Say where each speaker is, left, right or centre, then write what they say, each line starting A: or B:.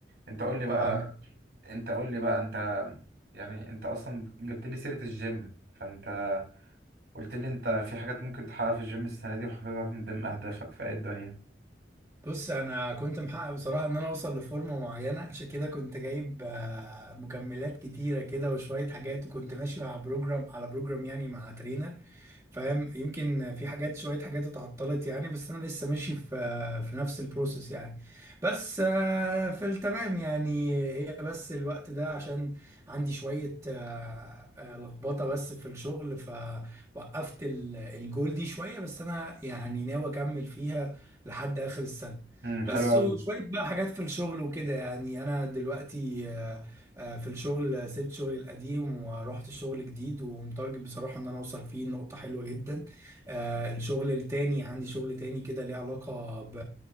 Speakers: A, on the right (about 70°); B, on the right (about 20°).
A: انت قول لي
B: فاهمك
A: بقى انت قول لي بقى انت يعني انت اصلا جبت لي سيره الجيم فانت قلت لي انت في حاجات ممكن تحققها في الجيم السنه دي وحاططها من ضمن اهدافك في اي الدنيا
B: بص انا كنت محقق بصراحة ان انا اوصل لفورمة معينة عشان كده كنت جايب آه، مكملات كتيرة كده وشوية حاجات وكنت ماشي مع بروجرام على بروجرام يعني مع ترينر فاهم يمكن في حاجات شوية حاجات اتعطلت يعني بس أنا لسه ماشي في في نفس البروسيس يعني بس آه، في التمام يعني هي بس الوقت ده عشان عندي شوية آه، آه، لخبطة بس في الشغل فوقفت ال- الجول دي شوية بس أنا يعني ناوي أكمل فيها لحد آخر السنة
A: امم
B: بس
A: حلو قوي
B: وشوية بقى حاجات في الشغل وكده يعني أنا دلوقتي آه، آه، في الشغل سبت شغلي القديم ورحت الشغل جديد ومتارجت بصراحة ان انا اوصل فيه نقطة حلوة جدا آه، الشغل التاني عندي شغل تاني كده ليه علاقة ب-